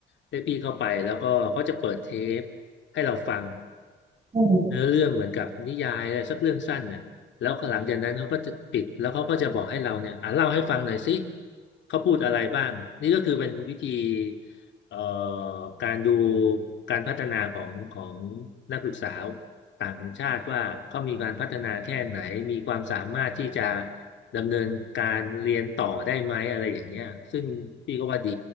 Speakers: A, on the left; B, on the right.
A: เรียกพี่เข้าไปแล้วก็เขาจะเปิดเทปให้เราฟัง
B: อืม
A: เนื้อเรื่องเหมือนกับนิยายอะไรสักเรื่องสั้นเนี่ยแล้วหลังจากนั้นเขาก็จะปิดแล้วเขาก็จะบอกให้เราเนี่ยอ่ะเล่าให้ฟังหน่อยสิเขาพูดอะไรบ้างนี่ก็คือเป็นวิธีเอ่อการดูการพัฒนาของของนักศึกษา ต่างชาติว่าเขามีการพัฒนาแค่ไหน มีความสามารถที่จะดำเนินการเรียนต่อได้ไหมอะไรอย่างเงี้ยซึ่งพี่ก็ว่าดี